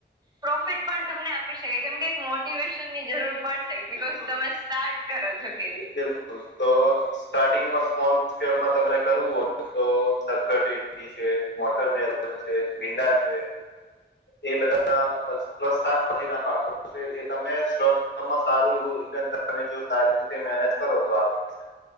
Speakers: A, on the right; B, on the left.
A: પ્રોફિટ પણ તમને આપી શકે, કેમ કે એક મોટિવેશન ની જરૂર પડશે, ઈ બિકોઝ તમે સ્ટાર્ટ કરો છો કે
B: બિલકુલ. તો સ્ટાર્ટિંગમાં સ્મોલ સ્કેલમાં તમારે કરવું હોય તો <unintelligible> ટી છે મોટર મેલન છે, ભીંડા છે, એ બધા અસ પ્લસ શાકભાજી ના પાકો છે એ તમે શોર્ટ ટર્મમાં સારું એવું રિટર્ન તમે જો સારી રીત તે મેનેજ કરો તો આપી શ